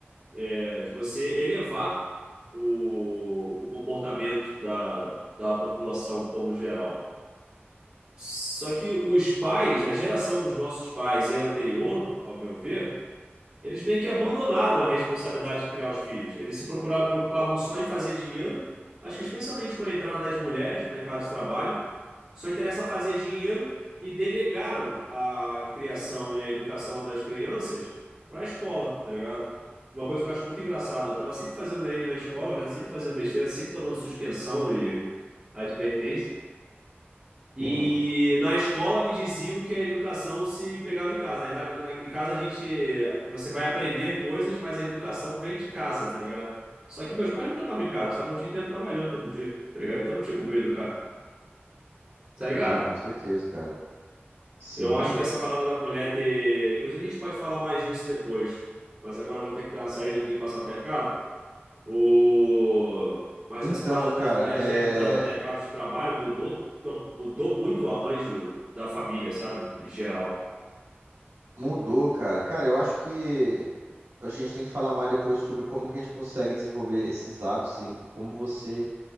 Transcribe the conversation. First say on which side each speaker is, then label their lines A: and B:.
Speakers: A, on the right; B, on the right.
A: É, de você elevar o, o comportamento da, da população como geral. Só que os pais, a geração dos nossos pais e a anterior, ao meu ver, eles meio que abandonaram a responsabilidade de criar os filhos. Eles se procuravam, preocupavam só em fazer dinheiro. Acho que especialmente com a entrada das mulheres no mercado de trabalho, só interessa fazer dinheiro e delegaram a criação e a educação das crianças para a escola, tá ligado? Uma coisa que eu acho muito engraçada, eu tava sempre fazendo meme na escola, né? Sempre fazendo besteira, sempre tomando suspensão e advertência. E
B: quem nunca?
A: na escola me diziam que a educação se pegava em casa, né? E na- na- Em casa a gente, você vai aprender coisas, mas a educação vem de casa, tá ligado? Só que meus pais nunca estavam em casa, eles estavam o dia inteiro trabalhando todo dia, tá ligado? Então não tinha como eu educar, tá ligado?
B: Não, com certeza, cara. Sim.
A: Eu acho que essa parada da mulher ter. Inclusive a gente pode falar mais disso depois, mas agora eu vou ter que dar uma saída que eu tenho que passar no mercado. O... Mas
B: Então,
A: essa parada
B: cara,
A: das mulheres
B: é...
A: terem entrado no mercado de trabalho mudou, mudou muito o arranjo da família, sabe? Em geral.
B: mudou, cara. Cara, eu acho que a gente tem que falar mais depois sobre como que a gente consegue desenvolver esses hábitos e como você